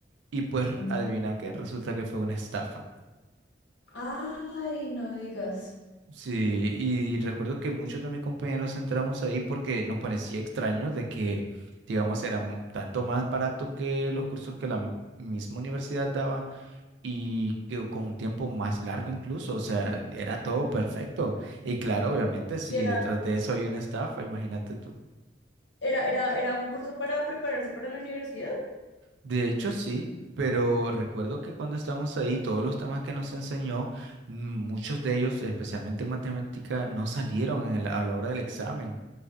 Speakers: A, on the right; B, on the left.
A: Y pues
B: sí.
A: adivina qué, resulta que fue una estafa.
B: Ay, no digas.
A: Sí, y recuerdo que muchos de mis compañeros entramos ahí porque nos parecía extraño de que, digamos, era m- tanto más barato que los cursos que la m- misma universidad daba y que con un tiempo más largo incluso, o sea, era todo perfecto. Y claro, obviamente, si
B: Y era-
A: detrás de eso hay una estafa, imagínate tú.
B: ¿Era, era, era un curso para prepararse para la universidad?
A: De hecho, sí, pero recuerdo que cuando estábamos ahí, todos los temas que nos enseñó, mm, muchos de ellos, especialmente en matemática, no salieron en el- a la hora del examen.